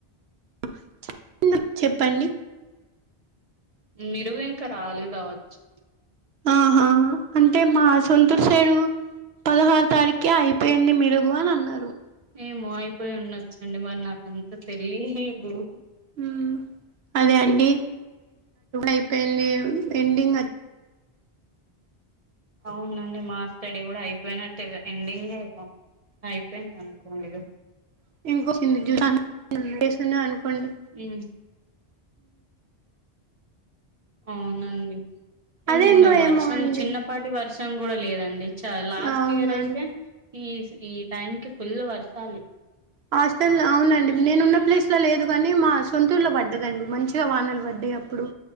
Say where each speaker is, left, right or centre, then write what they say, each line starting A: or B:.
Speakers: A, on the right; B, on the right.
A: <unintelligible> చెప్పండి
B: మిరుగు ఇంకా రాలేదు అవచ్చు
A: ఆహా అంటే మా సొంతూరు సైడు పదహారు తారీఖే అయిపోయింది మీరుగు అనన్నరు
B: ఏమో అయిపోయి ఉండొచ్చండి మరి నాక అంత తెలీదు
A: మ్మ్ అదే అండి అయిపోయింది <unintelligible> ఎండింగ్
B: అవునండి మా స్టడీ కూడా అయిపోయినట్టే ఎండింగే అపోయింది అనుకోండిగ
A: <unintelligible> అనుకోండి
B: ఏమి అవునండిం నిన్న
A: అదేందో
B: వర్షం
A: ఏమో అండి
B: చిన్న పాటి వర్షం కూడా లేదండి చ లాస్ట్
A: అవునండి
B: ఇయర్ అయితే ఈస్ ఈ టైం కి ఫుల్ వర్షాలు
A: హాస్టల్ అవునండి నేను ఉన్న ప్లేస్లో లేదు గానీ మా సొంతూర్లో పడ్డదండి మంచిగా వానలు పడ్డాయి ఇప్పుడు